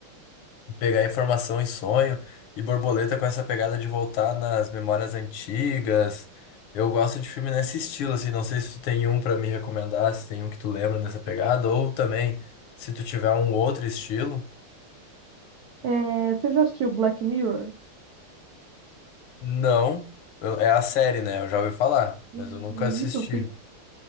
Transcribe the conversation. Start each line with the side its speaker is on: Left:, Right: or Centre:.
Left: pegar informação em sonho e borboleta com essa pegada de voltar nas memórias antigas. Eu gosto de filme nesse estilo, assim, não sei se tu tem um pra me recomendar, se tem um que tu lembra nessa pegada, ou também se tu tiver um outro estilo.
Right: É... Você já assistiu Black Mirror?
Left: Não, eu- é a série, né? Eu já ouvi falar,
Right: Isso,
Left: mas eu nunca assisti.
Right: fic-